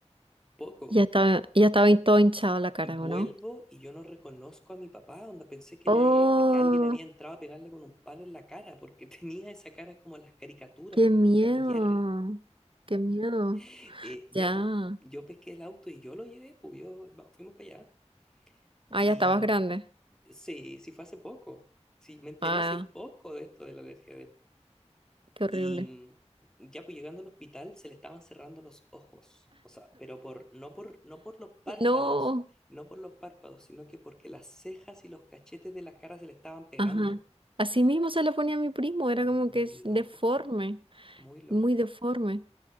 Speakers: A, in the centre; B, on the right.
A: Poco.
B: Ya estaba, ya estaba todo hinchado la cara,
A: Vuelvo
B: ¿o no?
A: y yo no reconozco a mi papá, onda pensé que,
B: Oh,
A: le, que alguien había entrado a pegarle con un palo en la cara, porque <laughs> tenía esa cara como en las caricaturas,
B: Qué
A: como
B: miedo,
A: Tommy Jerry.
B: qué miedo.
A: Eh, ya,
B: Ya.
A: pues, yo pesqué el auto y yo lo llevé, pues, yo va- fuimos para allá.
B: Ah,
A: Y
B: ya estabas grande.
A: sí, sí fue hace poco. Sí, me enteré
B: Ah,
A: hace poco de esto de la alergia de él.
B: qué horrible.
A: Y mm, ya, pues, llegando al hospital se le estaban cerrando los ojos. O sea, pero por, no por, no por los párpados,
B: No.
A: no por los párpados, sino que porque las cejas y los cachetes de la cara se le estaban pegando.
B: Ajá. Así mismo se lo ponía a mi primo, era
A: Muy
B: como que es
A: loco,
B: deforme,
A: muy loco.
B: muy deforme.